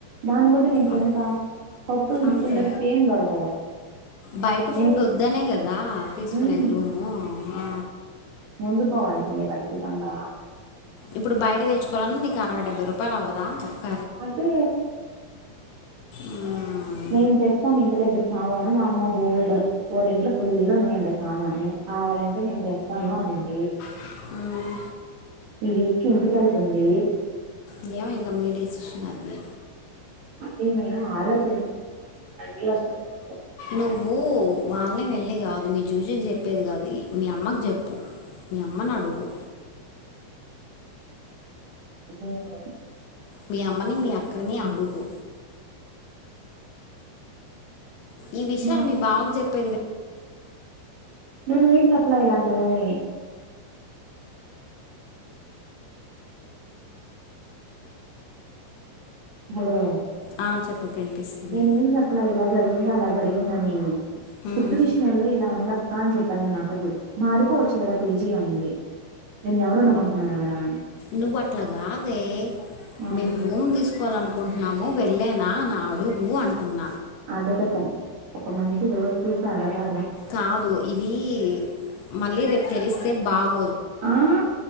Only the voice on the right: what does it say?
దాని బదులు ఇంకెందుకు,
పప్పులు,
గిప్పులు తప్పితే ఏమ్ దొరకవు.
నేను
హ్మ్
వండుకోవాల్సిందే. ఖచ్చితంగా.
అదే
నేను తెస్తాన్ ఇంటి దగ్గర సామాను. మా అమ్మ బోల్డ్, వాళ్ ఇంట్లో ఫుల్ ఉన్నాయంట సామాను. కావాలంటే నేను తెస్తాను అనింది.
ఈ విక్ ఇంటికెళ్తుంది.
అది నేను ఆలోచించకుండున్న. మెంటలొస్తుంది నాకు.
ఆ
నేను
నేను ఏం చెప్పలే ఇలాంటివి ఏమీ. హలో
నేనేం చెప్పలే ఇలా జరిగింది, అలా జరిగిందని.
ఫుడ్ విషయంలో ఇలా ఉండ కా అని చెప్పా నేను అక్క కి. మారిపోవచ్చు కదా పీజీ అనింది! నిన్ ఎవరుండమంటున్నారు ఆడ అని
ఆ
అడగతా, ఒక మంచి రోజు చూసి అడగాల.
ఆ నా